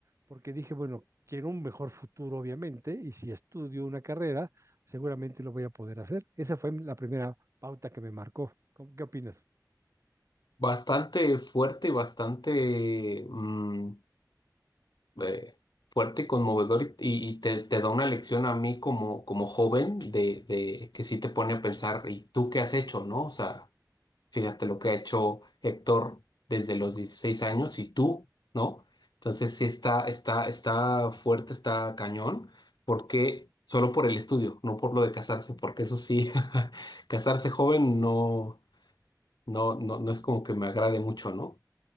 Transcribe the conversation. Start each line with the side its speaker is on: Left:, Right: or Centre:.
Right: porque dije, bueno, quiero un mejor futuro, obviamente, y si estudio una carrera, seguramente lo voy a poder hacer. Esa fue la primera pauta que me marcó. ¿Cómo- ¿Qué opinas?
Left: bastante fuerte y bastante mm, eh, fuerte, conmovedor y, y- te, te da una lección a mí como, como joven de, de que sí te pone a pensar, ¿y tú qué has hecho, no? O sea, fíjate lo que ha hecho Héctor desde los 16 años y tú, ¿no? Entonces sí está, está, está fuerte, está cañón, porque solo por el estudio, no por lo de casarse, porque eso sí, <laughs> casarse joven no, no, no, no es como que me agrade mucho, ¿no?